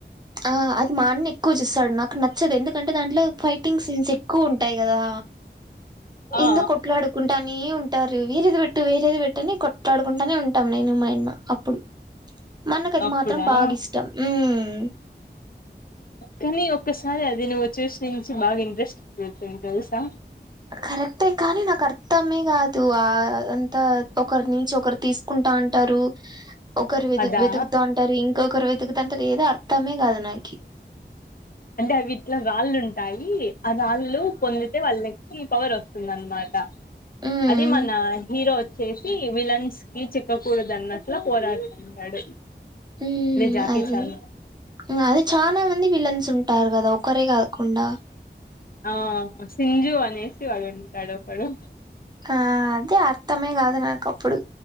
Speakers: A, on the right; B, on the left.
A: ఆ అది మాన్నెక్కువ జూస్తాడు నాక్ నచ్చదు ఎందుకంటే దాంట్లో ఫైటింగ్ సీన్స్ ఎక్కువ ఉంటాయి కదా
B: ఆ ఆ
A: ఎందు కొట్లాడుకుంటా నే ఉం పెట్టారు వేరేది పెట్టు వేరేది పెట్టని కొట్లాడుకుంటానే ఉంటాం నేను మాయన్న అప్పుడు మా అన్నకు అది
B: అప్పుడా
A: మాత్రం బాగిష్టం, ఉమ్
B: కనీ ఒక్కసారి అది నువ్వు చూసి నుంచి బగా ఇంట్రెస్ట్ పుడుతుంది తెలుసా
A: కరెక్ట్ కానీ నాక్ ఆర్ త్తమే గాదు ఆ అంత ఒకరి నుంచి ఒకరు తీసుకుంటా ఉంటారు ఒకరు వెతు
B: అదా
A: వెతుకుత అంటారు ఇంకొకరు వెతుకుతు అంటారు ఏదో అర్థమే కాదు నాకు
B: అంటే అవిట్లా రాళ్ళుంటాయి ఆ రాళ్లు పొందితే వాళ్ళ కి పవర్ వస్తుందనమాట
A: మ్మ్
B: అది మన హీరో చేసీ విలన్స్ కి చిక్క కూడదన్నట్లా పోరాడుతుంటాడు
A: హ్మ
B: జాకీ
A: అదే
B: చాన్
A: ఇంకా అదే చానా మంది విలన్సుంటారు కదా ఒకరే కాకుండా
B: ఆ సింజు అనేసి వాడు ఉంటాడు ఒకడు
A: ఆ అదే అర్థమే కాదు నాకు అప్పుడు